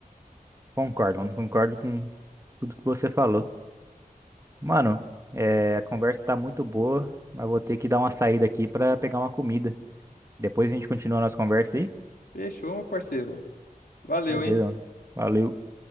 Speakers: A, on the right; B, on the left.
A: concordo, mano. Concordo com tudo que você falou. Mano, é, a conversa tá muito boa, mas vou ter que dar uma saída aqui pra pegar uma comida. Depois a gente continua a nossa conversa aí.
B: Fechou, meu parceiro. Valeu,
A: Beleza,
B: hein?
A: mano. Valeu.